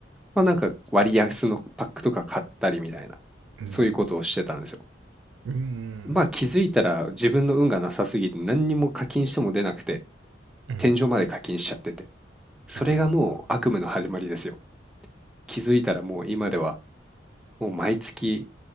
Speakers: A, in the centre; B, on the right.
A: まあなんか割安のパックとか買ったりみたいな、
B: うん、
A: そういうことをしてたんですよ。
B: うん、
A: まあ気づいたら自分の運がなさすぎて何にも課金しても出なくて
B: うん。
A: 天井まで課金しちゃっててそれがもう悪夢の始まりですよ
B: あ
A: 気づいたらもう今ではもう毎月